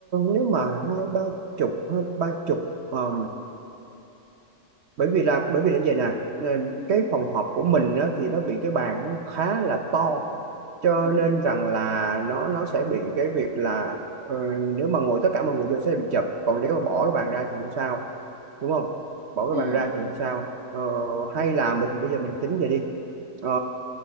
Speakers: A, on the right; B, on the left.
A: nếu mà hai ba chục hai ba chục ờ, bởi vì là bởi vì là như vậy nè ờ,
B: ừ
A: cái phòng họp của mình á, thì nó bị cái bàn nó khá là to cho
B: ừ
A: nên rằng là nó nó sẽ bị cái việc là ờ, nếu mà ngồi tất cả mọi người vô sẽ bị chật còn nếu mà bỏ cái bàn ra thì không sao đúng không bỏ cái
B: ừ
A: bàn ra thì không sao Ờ, hay là mình bây giờ mình tính vậy đi Ờ,